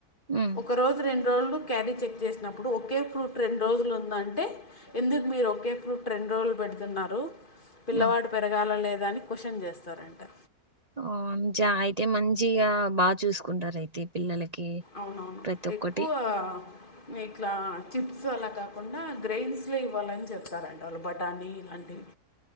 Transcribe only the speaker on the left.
ఒక రొజు రెండు రోజులు క్యారీ చెక్ చేసినప్పుడు ఒకే ఫ్రూట్ రెండు రోజులు ఉంద అంటే ఎందుకు మీరు ఒకే ఫ్రూట్ రెం రెండ రోజులు పెడుతున్నారు పిల్లవాడు
పెరగాల లేదా అని క్వశ్చన్ చేస్తారండి
అవునవును
ఎక్కువ మీకా చిప్స్ అలా కాకుండా గ్రైయిన్స్లో ఇవ్వాలని చెప్తారంటడి వాళ్ళు బఠానీ ఇలాంటివి